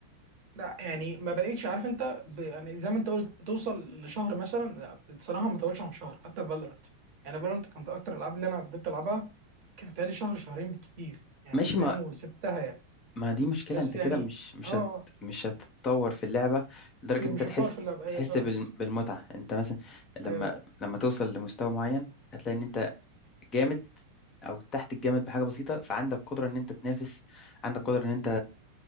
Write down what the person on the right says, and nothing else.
لا يعني ما بلاقيش عارف انت ب... يعني زي ما انت قلت بتوصل لشهر مثلا لا، بصراحه ما طولش عن شهر حتى في فالورانت يعني فالورانت كانت اكتر الالعاب اللي انا بديت العبها كانت لي شهر شهرين بالكتير يعني
فاهم وسبتها يعني
بس
يعني
اه
في مش
هتطور في اللعبه
ايه فعلا
ايوه